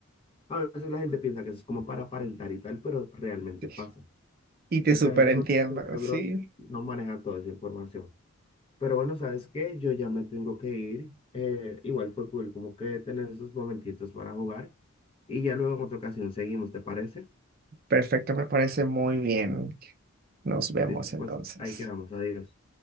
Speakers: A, on the left; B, on the right.
A: A veces la gente piensa que eso es como para aparentar y tal, pero realmente
B: sí.
A: pasa.
B: Y te
A: Es
B: superentiendo,
A: que a veces nuestro cerebro
B: sí.
A: no maneja toda esa información. Pero bueno, ¿sabes qué? Yo ya me tengo que ir. Eh, igual fue cool, como que tener esos momentitos para jugar. Y ya luego en otra ocasión seguimos, ¿te parece?
B: Perfecto, me parece muy bien. Nos vemos
A: Listo,
B: entonces.
A: Pues ahí quedamos. Adiós.